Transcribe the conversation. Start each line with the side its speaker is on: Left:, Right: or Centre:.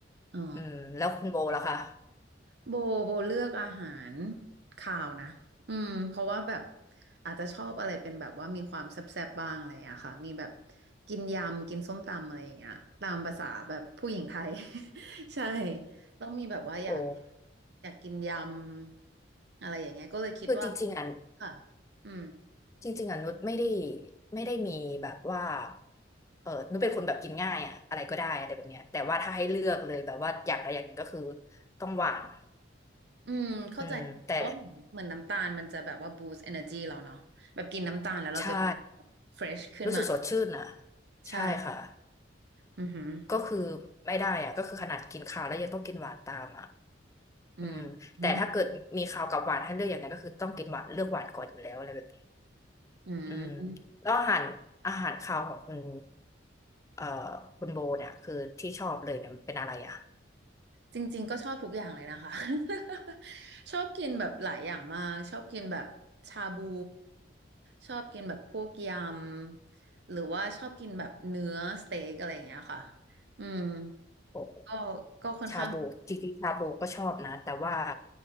Right: อ๋อ
Left: อืมแล้วคุณโบล่ะคะ
Right: โบโบเลือกอาหารคาวนะอืมเพราะว่าแบบอาจจะชอบอะไรเป็นแบบว่ามีความแซ่บๆบ้างอะไรอะค่ะมีแบบกินยำกินส้มตำอะไรอย่างเงี้ยตามภาษาแบบผู้หญิงไทย <laughs> ใช่ต้องมีแบบว่าอยาก
Left: โอ้
Right: อยากกินยำอะไรอย่างเงี้ยก็เลยคิดว่า
Left: คือจริงๆอ่ะ
Right: ค่ะอืม
Left: จริงๆอ่ะนุชไม่ได้ไม่ได้มีแบบว่าเออนุชเป็นคนแบบกินง่ายอ่ะอะไรก็ได้อะไรแบบเนี้ยแต่ว่าถ้าให้เลือกเลยแบบว่าอย่างใดอย่างหนึ่งก็คือต้องหวาน
Right: อืมเข้าใจเพราะเหมือนน้ำตาลมันจะแบบว่า
Left: อืมแต่
Right: boost energy เราเนาะแบบกินน้ำตาลแล้วเราจะ
Left: ใช่
Right: fresh ขึ้นมา
Left: รู้สึกสดชื่นอ่ะ
Right: ใช่
Left: ใช่ค่ะ
Right: อือหือ
Left: ก็คือไม่ได้อ่ะก็คือขนาดกินข้าวแล้วยังต้องกินหวานตามอ่ะ
Right: อืมอืม
Left: อืมแต่ถ้าเกิดมีข้าวกับหวานให้เลือกอย่างนั้นก็คือต้องกินหวานเลือกหวานก่อนอยู่แล้วอะไรแบบ
Right: อื
Left: อืม
Right: ม
Left: แล้วอาหารอาหารคาวของคุณเอ่อคุณโบเนี่ยคือที่ชอบเลยเนี่ยมันเป็นอะไรอ่ะ
Right: จริงๆก็ชอบทุกอย่างเลยนะคะ <laughs> ชอบกินแบบหลายอย่างมากชอบกินแบบชาบูชอบกินแบบพวกยำหรือว่าชอบกินแบบเนื้อสเต็กอะไรอย่างเงี้ยค่ะอืม
Left: โอ้
Right: ก็ก็ค่อนข้าง
Left: ชาบูจริงๆชาบูก็ชอบนะแต่ว่า